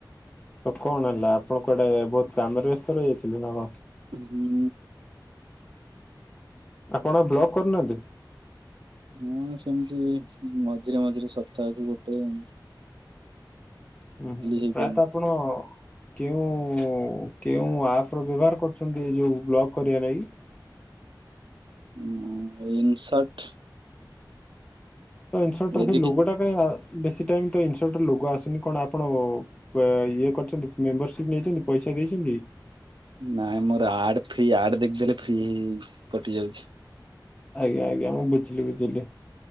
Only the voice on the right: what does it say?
ହୁଁ ହୁଁ।
ହଁ ସେମିତି ମଝିରେ ମଝିରେ ସପ୍ତାହକୁ ଗୋଟେ ଏନ୍ତି
ହେଇପାରୁନି
ଉଁ ଇନ୍ ଶଟ।
ଏଡିଟିଂ
ନାଇଁ ମୋର ଆଡ ଫ୍ରି ଆଡ ଦେଖିଦେଲେ ଫ୍ରି ହେଇଚି କଟି ଯାଉଚି।